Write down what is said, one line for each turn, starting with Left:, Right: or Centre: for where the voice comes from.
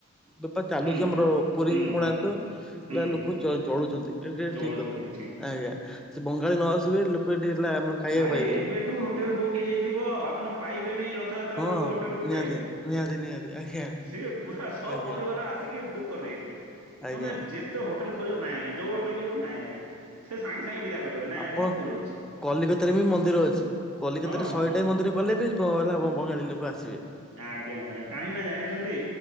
Centre: ବେପାର ଚାଲୁଛି
Right: ହୁଁ
Centre: ଆମର ପୁରୀ
Right: ହୁଁ
Centre: କୋଣକ
Right: ହୁଁ
Centre: ହେଲା
Right: ହୁଁ
Centre: ଲୋକ
Right: ହୁଁ
Centre: ଚଳୁଛନ୍ତି ଏଟ
Right: ଚଳୁଛନ୍ତି
Centre: ଠିକ କଥା।
Right: ଠିକ
Centre: ଆଜ୍ଞା ସେ ବଙ୍ଗାଳୀ ନ ଆସିବେ ଲୋକ ଏଠି ହେଲା ଆମର। ଖାଇବାକୁ
Right: ଭାଇ
Centre: ପାଇବେନି।
Right: ଏବେଠୁ ହୋଟେଲ ବୁକ୍ ହେଇଯାଇଥିବ ଆପଣ ପାଇବେନି ର ରଥ ଯାତ୍ରା
Centre: ହଁ
Right: ବେଳକୁ ହୋଟେଲ ଗୋଟେ
Centre: ନିହାତି ନିହାତି ନିହାତି ଆଜ୍ଞା
Right: ସିଏ ପୁରା ସ
Centre: ଆଜ୍ଞା
Right: ପରିବାର ଆସ ଆଶିକ୍କ ବୁକ୍ କରିଦେଇଥିବେ
Centre: ଆଜ୍ଞା
Right: ତମେ ଯେତେ ହୋଟଲ ଖୋଜା ନାାଇଁ ଆଜ୍ଞା ଯୋଉ ହୋଟଲକୁ ଯିବ ନାାଇଁ ଆଜ୍ଞା। ସେ ସାଙ୍ଗେ ସାଙ୍ଗେ ବିଦା କରିଦବେ ନାଇଁ
Centre: ଆପଣ
Right: ଆଜ୍ଞା ଫୁଲ ଅଛି।
Centre: କଲିକତାରେ ବି ମନ୍ଦିର ଅଛି କଲିକତାରେ
Right: ହଁ
Centre: ଶହେଟା
Right: ହଁ
Centre: ମନ୍ଦିର କଲେ ବି ବଙ୍ଗାଳୀ ଲୋକ ଆସିବେ।
Right: ଆଜ୍ଞା ଆଜ୍ଞା କାହିଁ ନା ଜାଣିଛନ୍ତି